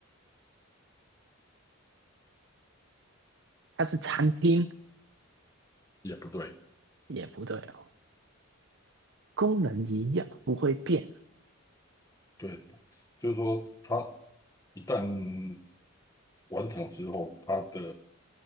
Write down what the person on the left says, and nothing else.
也不对，
对，就是说它一旦完成之后，它的